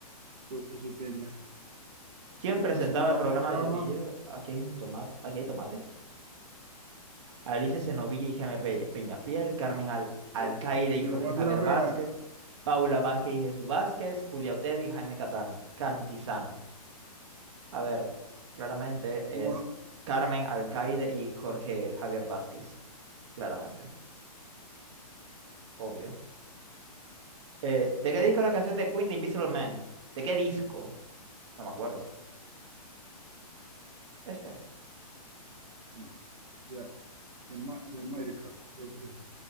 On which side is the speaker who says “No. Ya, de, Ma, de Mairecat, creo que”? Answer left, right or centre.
Right